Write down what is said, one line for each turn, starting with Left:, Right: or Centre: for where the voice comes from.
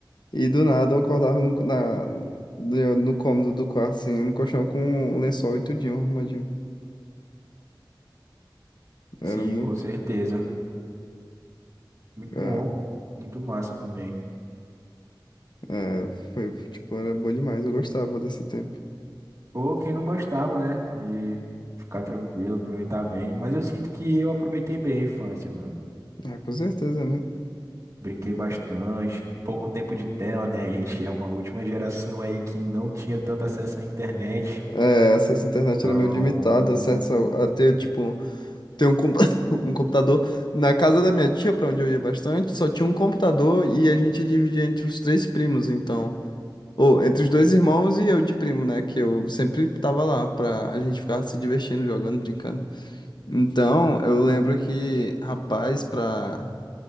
Left: E do nada eu acordava no, na, no no cômodo do quarto, assim, no colchão com um lençol e tudinho, arrumadinho. Era
Right: Sim,
Left: muito.
Right: com certeza. Muito
Left: É,
Right: bom. Muito massa também.
Left: é, foi, tipo, era bom demais. Eu gostava desse tempo.
Right: Pô, quem não gostava, né? De ficar tranquilo, aproveitar bem. Mas eu sinto que eu aproveitei bem a infância, mano.
Left: Ah, com certeza, né?
Right: Brinquei bastante. Pouco tempo de tela, né? A gente é uma última geração aí que não tinha tanto acesso à internet.
Left: É, essas internet
Right: Então,
Left: era meio limitada, acesso a a ter, tipo, ter um, compu- <laughs> um computador. Na casa da minha tia, pra onde eu ia bastante, só tinha um computador e a gente dividia entre os três primos, então. Ou entre os dois irmãos e eu de primo, né? Que eu sempre tava lá pra a gente ficar se divertindo, jogando, brincando. Então, eu lembro que, rapaz, pra,